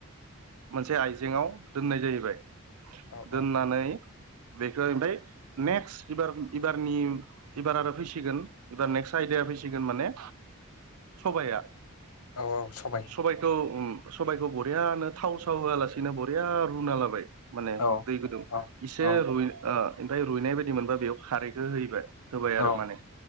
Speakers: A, on the right (about 80°); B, on the left (about 85°).
A: मोनसे आइजेंाव दोननाय जाहैबाय
B: औ
A: दोननानै
B: औ
A: बेखौ ओमफ्राय नेक्स्टबार एबारनि एबार आरो फैसिगोन एबार नेक्स्ट आयदाया फैसिगोन माने सबाया
B: औ औ सबबाय
A: सबाइखौ सबाइखौ बरियाानो थाव साव होआलासिनो बरिया रुना लाबाय माने
B: औ
A: दै गुदुं
B: औ
A: इसे
B: औ
A: रुइ ओमफ्राय रुइनाय बायदि मोनबा बेयाव खारैखौ होबाय होबाय
B: औ
A: आरो माने